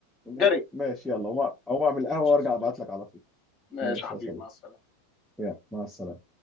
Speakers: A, in the centre; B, on the left (about 30°).
A: ما-
B: جري
A: ماشي يلا اقوم أقوم اعمل قهوه
B: ماشي
A: وارجع
B: يا صديقي
A: ابعت لك على طول
B: ماشي
A: ماشي
B: يا حبيبي
A: يا صديقي
B: مع السلامه
A: يلا مع السلامه